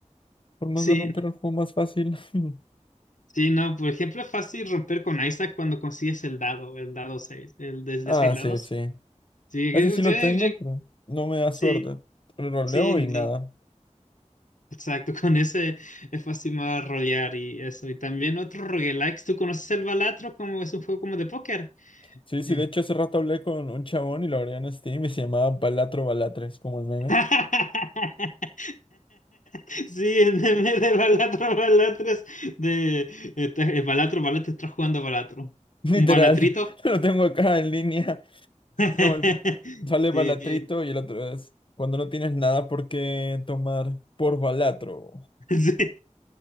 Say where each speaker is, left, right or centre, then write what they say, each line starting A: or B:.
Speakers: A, on the left; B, on the left.
A: formas
B: Sí,
A: de romper
B: no,
A: el juego más fácil. <laughs>
B: sí, no, por ejemplo, es fácil romper con Isaac cuando consigues el dado, el dado 6 el desde
A: Ah,
B: 6 lados.
A: sí, sí.
B: Sí,
A: Ese
B: yo-
A: sí
B: yo-
A: lo tengo,
B: yo-
A: pero no me da
B: sí,
A: suerte. Lo leo
B: sí.
A: y nada.
B: sí. Exacto, <laughs> con ese es fácil más rolear y eso. Y también otro roguelikes. ¿Tú conoces el Balatro? Como es un juego como de póker.
A: Sí, sí,
B: Eh.
A: de hecho hace rato hablé con un chabón y lo agregué en Steam y se llamaba Balatro Balatres, como el meme.
B: <laughs> Sí, el meme de Balatro, Balatro es de eh, te- eh, Balatro, Balatro, estás jugando Balatro.
A: <laughs> Literal,
B: ¿Un Balatrito?
A: <laughs> lo tengo acá en línea.
B: <laughs>
A: No, el- sale
B: Sí,
A: Balatrito y el otro es cuando no tienes nada por qué tomar por Balatro.
B: sí, <laughs>